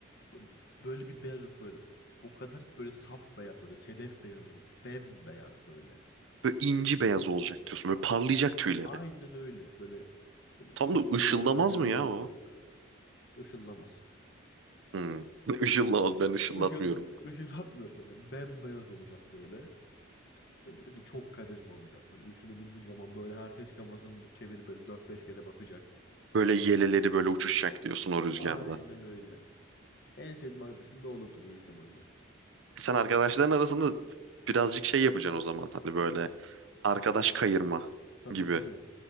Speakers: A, on the left; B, on the right.
A: böyle, böyle bir beyaz yok böyle. O kadar böyle saf beyaz böyle sedef beyazı gibi. Bembeyaz böyle.
B: Böyle inci beyaz olacak diyorsun. Böyle parlayacak tüyleri.
A: Aynen öyle. Böyle böyle
B: Tam
A: çok
B: da
A: güzel
B: ışıldamaz
A: tüyleri
B: mı
A: olacak.
B: ya o?
A: Işıllamaz.
B: Hmm. <laughs> Işıllamaz ben ışıllatmıyorum.
A: Işıl, ışıldatmıyorum böyle. Bembeyaz olacak böyle. Böyle bir de çok karizma olacak. Böyle üstüne bindiğim zaman böyle herkes kafasını çevirip böyle dört beş kere bakacak.
B: Böyle yeleleri böyle uçuşacak diyorsun o rüzgarda.
A: Aynen öyle. En sevdiğim arkadaşım da olurdu büyük ihtimalle.
B: Sen arkadaşların arasında birazcık şey yapacaksın o zaman. Hani böyle arkadaş kayırma
A: Tabii
B: gibi.
A: tabii.